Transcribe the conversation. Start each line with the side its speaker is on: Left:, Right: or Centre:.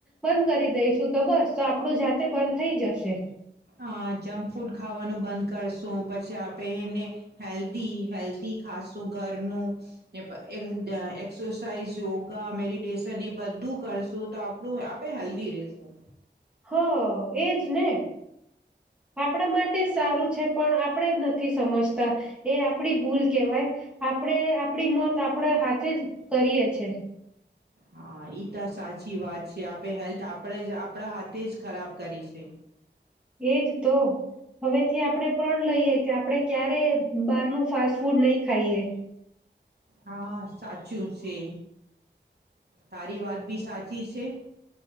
Centre: બંધ કરી દઈશું તો બસ તો આપણું જાતે બંધ થઈ જશે.
Right: અ જંક ફૂડ ખાવાનું બંધ કરશું. પછી આપે એને, હેલ્ધી હેલ્ધી ખાશું ઘરનું, ને એક્સરસાઇઝ યોગા મેડિટેશન એ બધું કરશું તો આપણું આપે હેલ્ધી રશું.
Centre: હ એજ ને, આપણા માટે સારું છે પણ આપણેે જ નથી સમજતા, એ આપણી ભૂલ કેહેવાય, આપણે આપણી મત આપણા હાથે જ કરીએ છે.
Right: હા તો સાચી વાત છે. આપણે હેલ્થ આપણે જ આપણા હાથે જ ખરાબ કરી છે.
Centre: એજ તો, હવેથી આપણે પણણ લઈએ કે આપણે ક્યારે બારનું ફાસ્ટ ફૂડ નહી ખાઈએ.
Right: હા સાચું. છે. તારી વાત ભી સાચી છે.